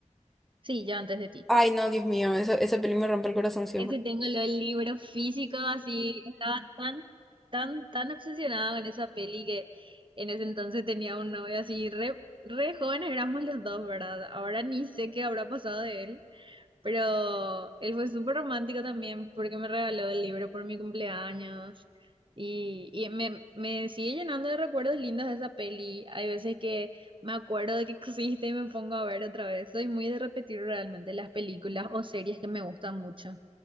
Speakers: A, on the right; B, in the centre.
A: Sí, yo Antes de ti.
B: Ay, no, Dios mío, eso, esa peli me rompe el corazón siempre.
A: Ese tengo lo del libro físico, así estaba tan, tan, tan obsesionada con esa peli que en ese entonces tenía un novio así re, re jóvenes éramos los dos, ¿verdad? Ahora ni sé qué habrá pasado de él, pero él fue súper romántico también porque me regaló el libro por mi cumpleaños y, y me, me sigue llenando de recuerdos lindos de esa peli. Hay veces que me acuerdo de que existe <laughs> y me pongo a ver otra vez. Soy muy de repetir realmente las películas o series que me gustan mucho.